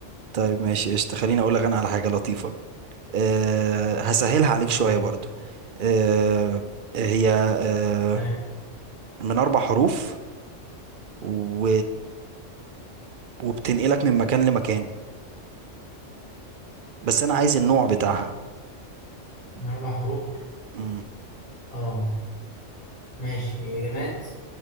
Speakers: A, on the right; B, on the left.
A: طيب ماشي قشطة خليني اقول لك انا على حاجة لطيفة أه هسهلها عليك
B: يلا
A: شوية
B: قول
A: برضو أه هي أه
B: تمام
A: من اربع حروف و... وبتنقلك من مكان لمكان بس انا عايز النوع بتاعها
B: من أربع حروف
A: امم
B: اه ماشي هي جماد